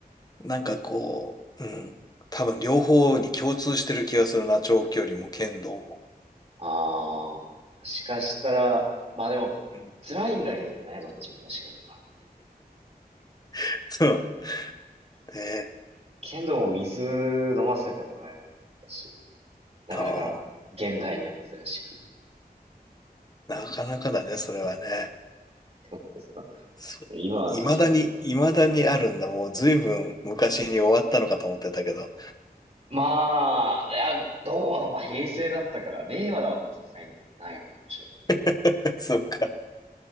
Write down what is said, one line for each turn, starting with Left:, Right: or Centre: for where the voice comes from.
Left: なんかこう、うん。多分、両方に共通してる気がするな。長距離も剣道も。
Right: ああ、もしかしたら、まあでも、
Left: うん
Right: 辛いんだけどね、どっちも確かに。
Left: <laughs> そう。ねえ。
Right: 剣道も水飲ませてもらえなかったし、なかなか現代には珍しく。
Left: あーなかなかだね、それはね。
Right: <laughs>
Left: そう、
Right: 今はそうじゃないと思うよ。
Left: いまだに、いまだにあるんだ。もう随分昔に終わったのかと思ってたけど。
Right: まあ、いや、どうだ、まあ平成だったから、令和だはもうさすがにないのかもしれな
Left: <laughs> そうか。